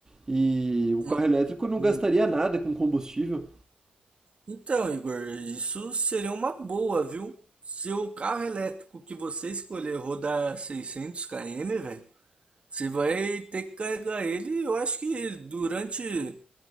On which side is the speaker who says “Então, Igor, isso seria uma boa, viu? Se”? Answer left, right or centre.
Right